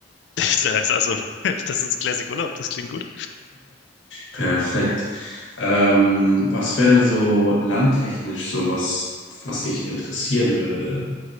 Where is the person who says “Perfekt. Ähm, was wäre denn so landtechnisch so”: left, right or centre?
Left